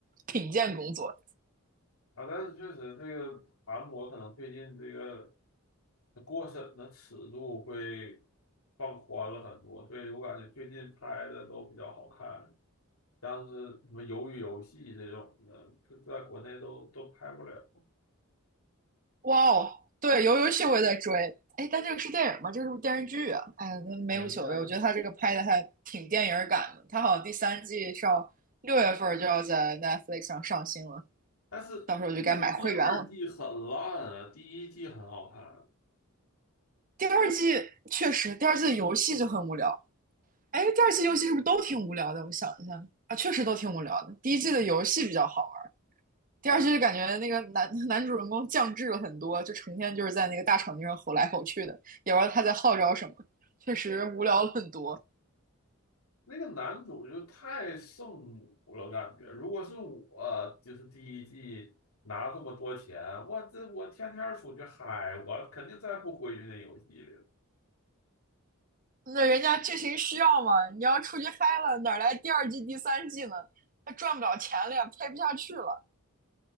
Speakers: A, on the right; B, on the left.
A: 品鉴工作。
B: 啊，但是确实这个韩国可能最近这个。那过审的尺度会放宽了很多，所以我感觉最近拍的都比较好看，像是什么《鱿鱼游戏》这种的，这在国内都都拍不了，
A: 哇哦，对，游游戏我也在追。哎，但这个是电影吗？这个是不是电视剧啊？哎呀，那没无所谓。
B: 也没啥。
A: 我觉得他这个拍的还挺电影感的。他好像第三季上六月份就要在 Netflix 上上新了，
B: 但是我感觉第二季很烂啊，
A: 到时候我就该买会员了。
B: 第一季很好看，
A: 第二季确实，第二季的游戏就很无聊。哎，第二季游戏是不是都挺无聊的？我想一下啊，确实都挺无聊的。第一季的游戏比较好玩。第二季就感觉那个男
B: 但是
A: <laughs> 男主人公降智了很多，就成天就是在那个大场地上吼来吼去的，也不知道他在号召什么，确实无聊了很多。
B: 那个男主就太圣母了，感觉如果是我，就是第一季。拿这么多钱，我这我天天出去嗨，我肯定再不回去那游戏里了。
A: 那人家剧情需要嘛，你要出去嗨了，哪来第二季、第三季呢？他赚不了钱了呀，拍不下去了。